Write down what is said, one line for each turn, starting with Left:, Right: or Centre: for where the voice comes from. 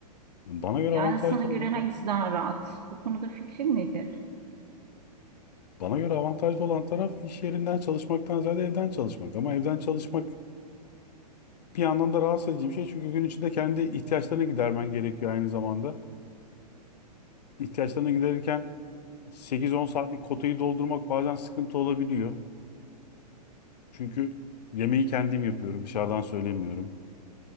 Left: Bana göre
Right: Yani
Left: avantajlı
Right: sana göre
Left: olmasa,
Right: hangisi daha rahat? Bu konuda fikrin nedir?
Left: bana göre avantajlı olan taraf iş yerinden çalışmaktan ziyade evden çalışmak. Ama evden çalışmak bir yandan da rahatsız edici bir şey. Çünkü gün içinde kendi ihtiyaçlarını gidermen gerekiyor aynı zamanda. İhtiyaçlarını giderirken 8-10 saatlik kotayı doldurmak bazen sıkıntı olabiliyor. Çünkü yemeği kendim yapıyorum. Dışarıdan söylemiyorum.